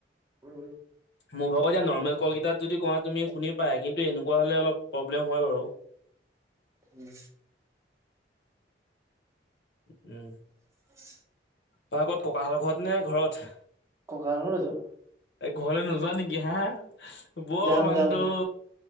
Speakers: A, on the right (about 15°); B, on the left (about 65°).
A: উম
B: মোৰ ভাগত এয়া নৰ্মেল কল কিতাত যদি কোৱা তুমি শুনি পায় কিন্তু এনেকুৱা হ'লে অলপ প্ৰব্লেম হয় বাৰু
A: উম।
B: উম।
A: <inaudible>
B: তই আগত ককাহ ঘৰত নে ঘৰত?
A: ককা হঁতৰ তাত আছো।
B: এই ঘৰলৈ নোযোৱা নেকি হে হা। বৰ
A: যাম
B: মানটো
A: যাম